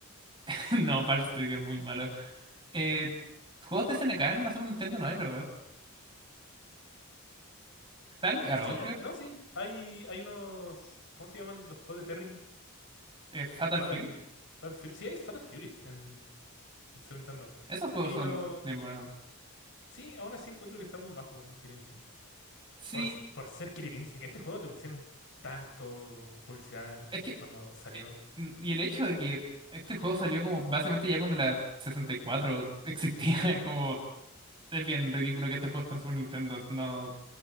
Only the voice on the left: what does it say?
Sí,
eh, no, sí, hay, hay unos, ¿cómo se llaman los juegos de Terry?
Fatal,
Fatal Fury, sí, hay Fatal Furies en, en Super Nintendo.
Y
lo,
sí, aún así encuentro que está muy bajo Killer Instinct.
Por, s- por ser Killer Instinct, este juego le pusieron tanto publicidad
cuando salió.